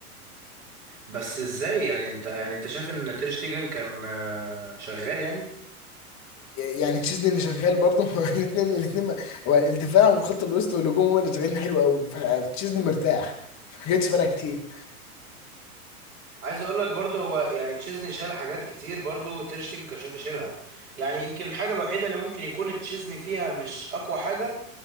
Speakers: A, on the right (about 75°); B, on the left (about 40°).
A: بس ازاي يعني انت يعني انت شايف ان تير شتيجن كان آه، شغال يعني
B: يعني تشيزني اللي شغال برضه <laughs> الاثنين الاثنين ما- هو الدفاع والخط الوسط والهجوم هم اللي شغالين حلو قوي فتشيزني مرتاح ما جاتش فرق كتير
A: عايز اقول لك برضه هو يعني تشيزني شال حاجات كتير برضه تير شتيجن كان شايف يشيلها يعني يمكن الحاجه الوحيده اللي ممكن يكون تشيزني فيها مش اقوى حاجه